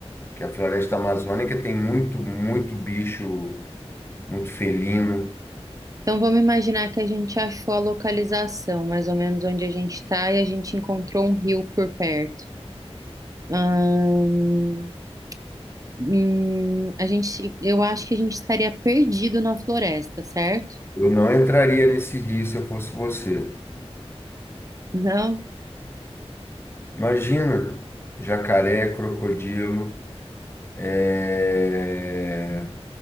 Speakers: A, on the left; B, on the right.
A: que a floresta amazônica tem muito, muito bicho, muito felino.
B: Então vamos imaginar que a gente achou a localização, mais ou menos onde a gente está, e a gente encontrou um rio por perto. Ahn, Hum, a gente, eu acho que a gente estaria perdido na floresta, certo?
A: Eu não entraria nesse rio se eu fosse você.
B: Não.
A: Imagina, jacaré, crocodilo, é...